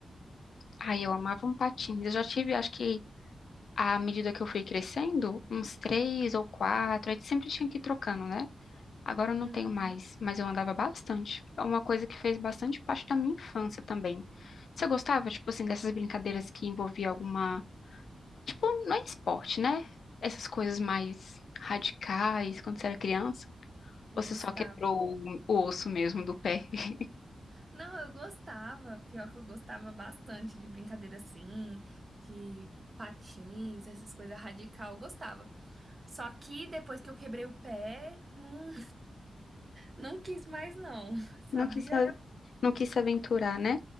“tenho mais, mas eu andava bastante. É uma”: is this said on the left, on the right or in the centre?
Left